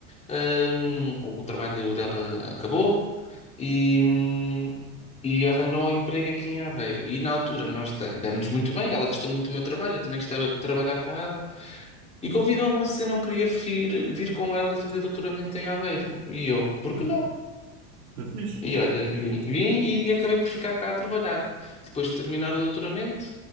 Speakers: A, on the left; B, on the right.
A: hum, o trabalho dela acabou e, hum, e arranjou um emprego aqui em Aveiro. E na altura nós da- demos muito bem, ela gostou muito do meu trabalho, eu também gostava de trabalhar com ela. E convidou-me se eu não queria vir, vir com ela fazer doutoramento em Aveiro. E eu, por
B: Olha,
A: que não?
B: que fixe.
A: E olha, vim, vim e acabei por ficar cá a trabalhar. Depois de terminar o doutoramento,